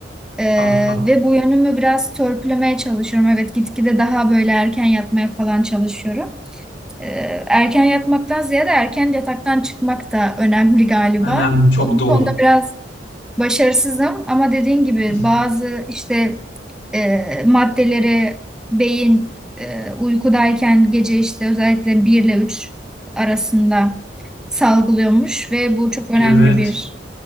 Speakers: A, in the centre; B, on the left.
A: Ee,
B: Ah ah,
A: ve bu yönümü biraz törpülemeye çalışıyorum. Evet gitgide daha böyle erken yatmaya falan çalışıyorum. Ee, erken yatmaktan ziyade erken yataktan çıkmak da önemli galiba.
B: önemli, çok
A: Bu
B: doğru.
A: konuda biraz başarısızım ama dediğin gibi
B: <laughs>
A: bazı işte e, maddelere beyin e, uykudayken gece işte özellikle 1 ile 3 arasında salgılıyormuş ve bu çok önemli
B: Evet.
A: bir